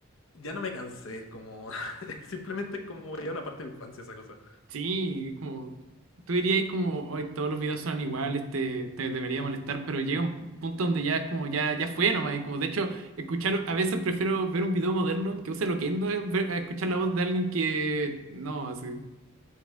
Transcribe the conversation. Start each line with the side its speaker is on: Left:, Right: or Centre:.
Left: Ya no me cansé, es como. <laughs> Simplemente es como ya una parte de mi infancia esa cosa.
Right: Sí, como, tú dirías como, hoy todos los videos son iguales, te, te debería molestar, pero llega un punto donde ya es como, ya, ya fue nomás. Y como, de hecho, escuchar, a veces prefiero ver un video moderno que use Loquendo a ver- a escuchar la voz de alguien que, no, así.